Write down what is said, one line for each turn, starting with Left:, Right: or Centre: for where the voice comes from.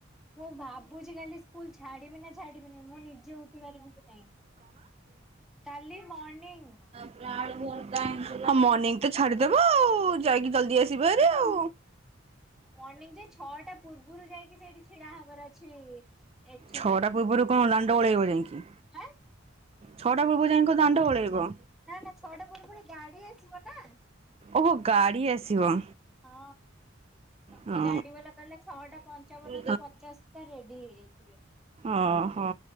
Centre: ମୁଁ ଭାବୁଛି ଖାଲି ସ୍କୁଲ ଛାଡିବି ନା ଛାଡିବିନି ମୁଁ ନିଜେ ଉଠି ପାରିବି କି ନାଇଁ। କାଲି ମର୍ଣିିଂ।
Right: ହଁ ମର୍ଣିିଂ ତ ଛାଡିଦବ ଆଉ ଯାଇକି ଜଲଦି ଆସିବେରି ଆଉ।
Centre: ମର୍ଣିିଂ ଯେ ଛଅଟା ପୂର୍ବରୁ ଯାଇକି ସେଇଠି ଛିଡା ହବାର ଅଛି। ଏଠି
Right: ଛଅଟା ପୂର୍ବରୁ କଣ ଦାଣ୍ଡ ଓଳେଇବ ଯାଇଁକି।
Centre: ଆଁ
Right: ଛଅଟା ପୁର୍ବ ରୁ ଯାଇଙ୍କି କଁ ଦାଣ୍ଡ ଓ।
Centre: ନା ନା ଛଅଟା ପୁର୍ବୁ ରୁ ଗାଡି ଆସିବ ନା।
Right: ଓହୋ ଗାଡି ଆସିବ।
Centre: ହଁ
Right: ହଁ।
Centre: ସେ ଗାଡି ବଲା କହିଲା ଛଅଟା ପଞ୍ଚ ପଞ୍ଚାବନ
Right: ହଁ
Centre: କି ପଚାଶ ଟା ରେଡି ହେଇଯାଇଥିବେ।
Right: ଓହୋ